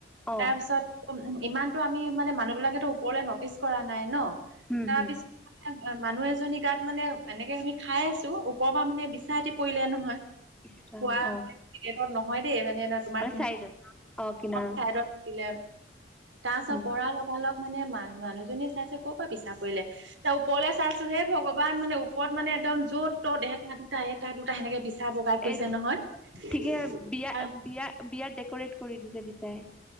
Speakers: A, in the centre; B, on the right.
A: অ
B: তাৰপিছত ইমানতটো আমি মানে মানুহ বিলাকেতো ওপৰলৈ নটিচ কৰা নাই ন'
A: হম
B: তাৰ
A: হম
B: পিছত মানুহ এজনী গাত মানে এনেকে আমি খাই আছোঁ। ওপৰৰ পৰা মানে বিছা এতি পৰিলে নহয়।
A: ইছ ৰাম
B: খোৱা
A: অ
B: পেকেটত নহয় দেই মানে ন' তোমাৰ
A: মানে চাইডত অ কিনাৰত
B: <unintelligible> থাকিলে তাৰপাছত
A: উম
B: পৰা লগালগ মানে ম-মানুহজনীয়ে চাইছে ক'ৰ পৰা বিছা পৰিলে। তাৰ ওপৰলৈ চাইছো হেই ভগৱান মানে ওপৰত মান একদম য'ত ত'ত এটা দুটা এটা দুটা সেনেকে বিছা বগাই ফুৰিছে
A: এইটো
B: নহয়।
A: ঠিকে বিয়া বিয়া বিয়াত ডেক'ৰেট কৰি দিছে বিছাই।